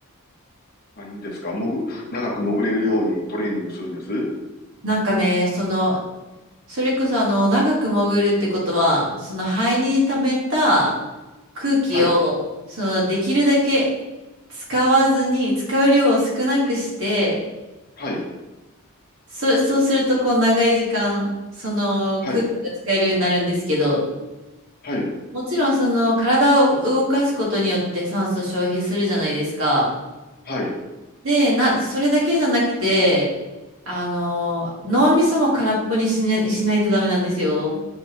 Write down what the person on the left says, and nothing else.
何ですか、潜、ふ長く潜れるようにトレーニングするんです
はい、
はい、
はい、はい、
はい。